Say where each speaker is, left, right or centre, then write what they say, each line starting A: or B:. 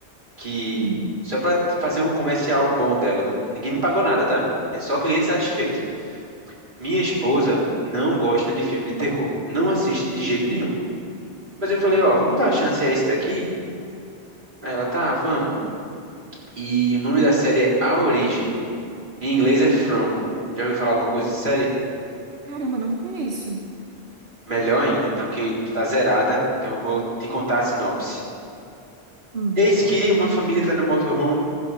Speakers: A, on the right; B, on the right.
A: que
B: Hum,
A: só pra fazer um comercial bom dela, não- ninguém me pagou nada, tá? É só cliente satisfeito. Minha esposa não gosta de filme de terror, não assiste de jeito
B: sim.
A: nenhum. Mas eu falei, ó, vamos dar uma chance a esse daqui? Aí ela, tá, vamos. E o nome da série é A Origem. Em inglês é From. Já ouviu falar alguma coisa da série?
B: Caramba, não conheço.
A: Melhor ainda, então que tu tá zerada, então eu vou te contar a sinopse.
B: Hum,
A: Eis que uma família está no motorhome